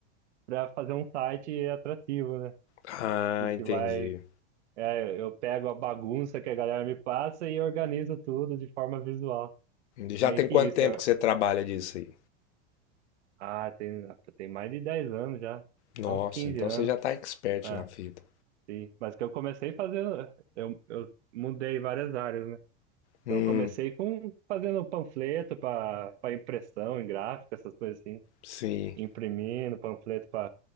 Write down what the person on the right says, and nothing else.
para fazer um site atrativo, né?
Que, que
vai. é, eu pego a bagunça que a galera me passa e organizo tudo de forma visual.
Meio
que
isso.
eu-
ah, tem, tem mais de 10 anos já.
Há uns 15
anos.
É,
sim. Mas que eu comecei fazendo. Eu, eu mudei várias áreas, né?
Então eu comecei com fazendo panfleto para para impressão em gráfica, essas coisas assim.
Imprimindo panfleto